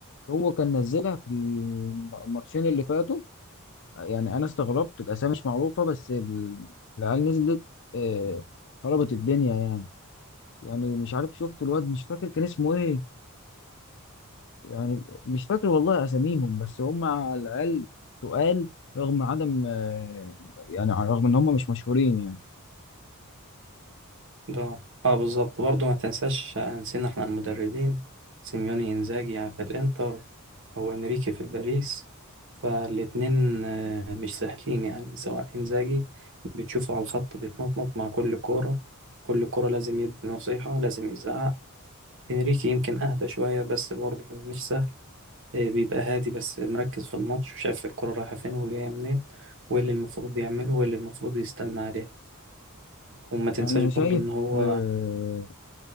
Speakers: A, on the left; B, on the right.
A: هو كان نزلها في الماتشين اللي فاتوا يعني أنا استغربت الأسامي مش معروفة بس ال- العيال نزلت آه، خربت الدنيا يعني يعني مش عارف شفت الواد مش فاكر كان اسمه ايه يعني مش فاكر والله اساميهم بس هم على الاقل تقال رغم عدم آه، يعني رغم ان هم مش مشهورين يعني
B: ده اه بالظبط برضه ما تنساش نسينا احنا المدربين سيميوني انزاجي يعني في الانتر او انريكي في الباريس فالاتنين آه، مش سهلين يعني سواء انزاجي بتشوفه على الخط بيتنطط مع كل كورة كل كورة لازم يدي نصيحة لازم يزعق انريكي يمكن اهدى شوية بس برضه مش سهل آه، بيبقى هادي بس مركز في الماتش وشايف الكورة رايحة فين وجاية منين وايه اللي المفروض يعمله وايه اللي المفروض يستنى عليه وما تنساش
A: انا
B: برضو
A: شايف
B: ان هو
A: آه،